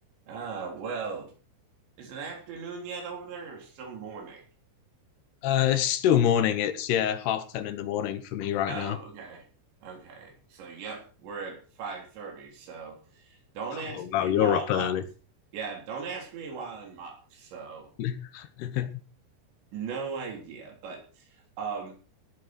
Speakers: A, on the right; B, on the left.
A: Ah, well, is it afternoon yet over there or still morning?
B: Uh, it's still morning. It's yeah, half ten in the morning for me right
A: Oh,
B: now.
A: okay. Okay. So, yep, we're at 5:30. So, don't ask
B: Oh wow,
A: me
B: you're
A: while
B: up
A: I'm
B: early.
A: up. Yeah, don't ask me while I'm up. So,
B: <laughs>
A: no idea. But um